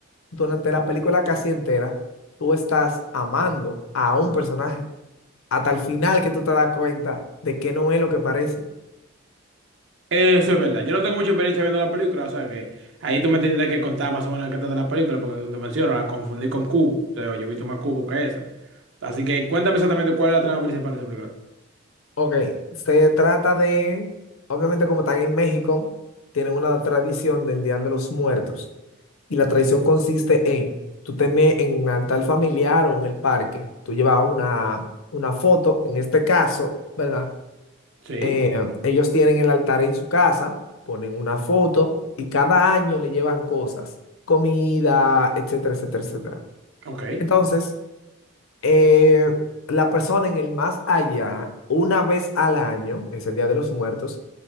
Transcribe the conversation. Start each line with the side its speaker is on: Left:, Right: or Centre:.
Left: durante la película casi entera, tú estás amando a un personaje, hasta el final que tú te das cuenta de que no es lo que parece.
Right: Eso es verdad. Yo no tengo mucha experiencia viendo la película, o sea que ahí tú me tendrás que contar más o menos de qué trata la película, porque como te menciono, la confundí con Cubo. O sea, yo he visto más Cubo que esa. Así que cuéntame exactamente cuál es la trama principal de esa película.
Left: Ok, se trata de, obviamente como están en México, tienen una tradición del Día de los Muertos y la tradición consiste en, tú tenés en un altar familiar o en el parque, tú llevas una, una foto, en este caso, ¿verdad?
Right: Sí,
Left: Eh, ellos tienen el altar en su casa, ponen una foto y cada año le llevan cosas, comida, etcétera, etcétera, etcétera.
Right: ok,
Left: Entonces eh, la persona en el más allá, una vez al año, ese Día de los Muertos,